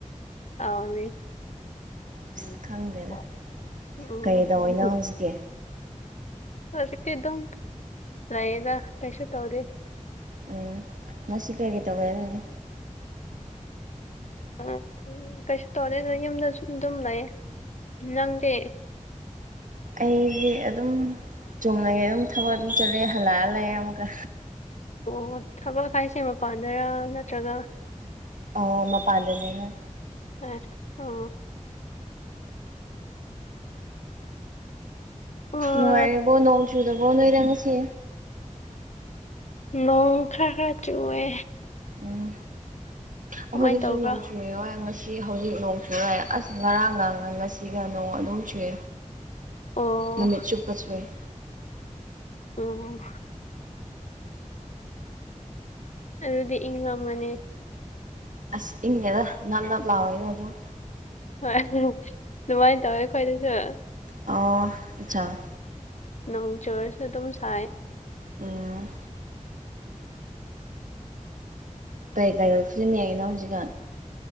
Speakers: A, on the left; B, on the right.
A: ꯍꯦꯎꯅꯦ <unintelligible>
B: ꯑꯁ ꯈꯪꯗꯦꯗ ꯀꯩ ꯇꯧꯔꯤꯅꯣ ꯍꯧꯖꯤꯛꯇꯤ
A: ꯍꯧꯖꯤꯛꯇꯤ ꯑꯗꯨꯝ ꯂꯩꯗ ꯀꯩꯁꯨ ꯇꯧꯗꯦ
B: ꯎꯝ ꯉꯁꯤ ꯀꯔꯤ ꯀꯩ ꯇꯧꯋꯦ ꯑꯗꯨꯗꯤ
A: ꯑ ꯎ ꯀꯩꯁꯨ ꯇꯧꯔꯦ ꯑꯗ ꯌꯨꯝꯗꯁꯨ ꯑꯗꯨꯝ ꯂꯩ ꯅꯪꯗꯤ
B: ꯑꯩꯗꯤ ꯑꯗꯨꯝ ꯆꯨꯝꯅꯒꯤ ꯑꯗꯨꯝ ꯊꯕꯛ ꯑꯗꯨꯝ ꯆꯠꯂꯦ ꯍꯜꯂꯛꯑ ꯂꯩ ꯑꯃꯨꯛꯀ
A: ꯑꯣ ꯊꯕꯛ ꯍꯥꯏꯁꯦ ꯃꯄꯥꯟꯗꯔꯥ ꯅꯠꯇ꯭ꯔꯒ
B: ꯑ ꯃꯄꯥꯟꯗꯅꯦ
A: <unintelligible> ꯑꯣ
B: ꯅꯨꯡꯉꯥꯏꯔꯤꯕꯣ ꯅꯣꯡ ꯆꯨꯗꯕꯣ ꯅꯣꯏꯗ ꯉꯥꯁꯤ
A: ꯅꯣꯡ ꯈꯔ ꯈꯔ ꯆꯨꯌꯦ
B: ꯎꯝ ꯑꯩꯈꯣꯏꯗꯁꯨ
A: ꯀꯃꯥꯏꯅ ꯇꯧꯕ꯭ꯔꯥ
B: ꯅꯣꯡ ꯆꯨꯏ ꯉꯁꯤ ꯁꯤ ꯍꯧꯖꯤꯛ ꯅꯣꯡ ꯆꯨꯔꯑ ꯑꯁ ꯉꯔꯥꯡꯒꯥꯡꯅ ꯉꯁꯤꯒ ꯅꯣꯡ ꯑꯗꯨꯝ ꯆꯨꯏ
A: ꯑꯣ
B: ꯅꯨꯃꯤꯠ ꯆꯨꯞꯄ ꯆꯨꯏꯌꯦ
A: ꯑꯝ ꯑꯗꯨꯗꯤ ꯏꯪ ꯉꯝꯒꯅꯤ
B: ꯑꯁ ꯏꯪꯉꯦꯗ ꯅꯞ ꯅꯞ ꯂꯥꯎꯑꯣꯋꯦꯗ ꯑꯗꯨꯝ
A: ꯍꯣꯏ ꯑꯗꯨꯃꯥꯏꯅ ꯇꯧꯋꯦ ꯑꯩꯈꯣꯏꯗꯁꯨ
B: ꯑꯣ ꯑꯆꯥꯥ
A: ꯅꯣꯡ ꯆꯨꯔꯁꯨ ꯑꯗꯨꯝ ꯁꯥꯏ
B: ꯑꯝ ꯀꯔꯤ ꯀꯔꯤ ꯐꯤꯂꯝ ꯌꯦꯏꯅꯣ ꯍꯧꯖꯤꯒꯥꯟ